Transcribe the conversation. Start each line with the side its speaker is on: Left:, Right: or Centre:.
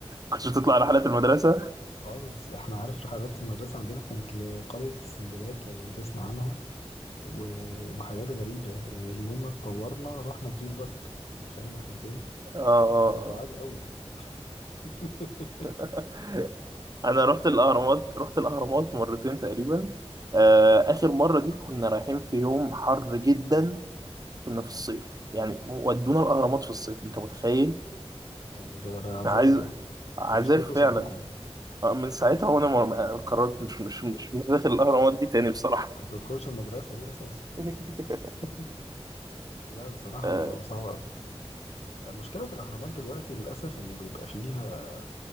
Right: كنتش بتطلع رحلات المدرسة
Left: خالص احنا عارف رحلات المدرسة عندنا كانت لقرية السندباد لو تسمع عنها و- وحاجات غريبة يعني يوم ما اتطورنا رحنا دريم بارك انت فاهم احنا فين؟
Right: اه اه
Left: احنا بعاد قوي <laughs>
Right: آه. <laughs> انا رحت الاهرامات رحت الاهرامات مرتين تقريبا آه، اخر مره دي كنا رايحين في يوم حر جدا كنا
Left: اه
Right: في الصيف يعني ودونا الاهرامات في الصيف انت متخيل
Left: يعني ده ده عذاب
Right: عايز
Left: ده
Right: عذاب
Left: ده بيختبروا
Right: فعلا
Left: صبركم
Right: آه، من ساعتها وانا ما- ما قررت مش مش مش مش داخل الاهرامات دي تاني بصراحه
Left: ما تدخلش المدرسة دي اساسا
Right: <laughs>
Left: <laughs> لا بصراحة
Right: اه
Left: صعبة قوي المشكلة في الأهرامات دلوقتي للأسف إن بيبقى فيها